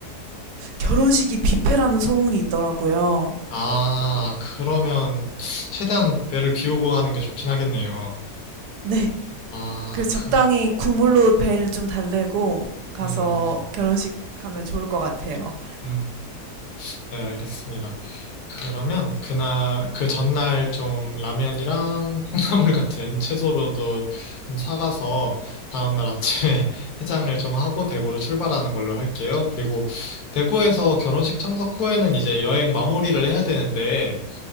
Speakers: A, on the right; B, on the left.
A: 결혼식이 뷔페라는 소문이 있더라고요.
B: 아, 그러면 최대한 배를 비우고 가는 게 좋긴 하겠네요.
A: 네.
B: 아,
A: 그래서
B: 그,
A: 적당히 국물로 배를 좀 달래고 가서
B: 음,
A: 결혼식 가면 좋을 것 같아요.
B: 음, 네, 알겠습니다. 그러면 그날, 그 전날 좀 라면이랑 <laughs> 콩나물 같은 채소로도 좀 사가서 다음날 아침에 <laughs> 해장을 좀 하고 대구로 출발하는 걸로 할게요. 그리고 대구에서 결혼식 참석 후에는 이제 여행 마무리를 해야 되는데,